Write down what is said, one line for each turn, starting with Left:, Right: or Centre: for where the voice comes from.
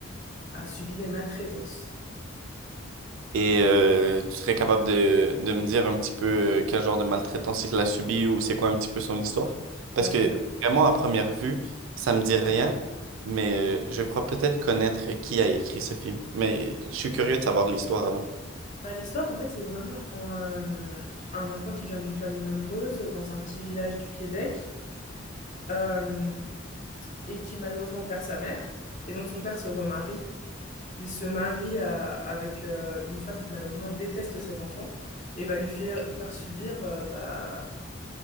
Left: a subi des maltraitances.
Right: Et euh, tu serais capable de, de me dire un petit peu euh, quel genre de maltraitance il a subi ou c'est quoi un petit peu son histoire? Parce
Left: Bah,
Right: que
Left: c'est-
Right: vraiment, à première vue, ça me dit rien, mais euh, je crois peut-être connaître qui a écrit ce film. Mais je suis curieux de savoir l'histoire avant.
Left: bah, l'histoire, en fait, c'est vraiment euh, un enfant qui vient d'une famille nombreuse, dans un petit village du Québec, euh, et qui malheureusement perd sa mère. Et donc, son père se remarie. Il se marie à- avec euh, une femme qui malheureusement déteste cet enfant et va lui faire, faire subir euh, bah,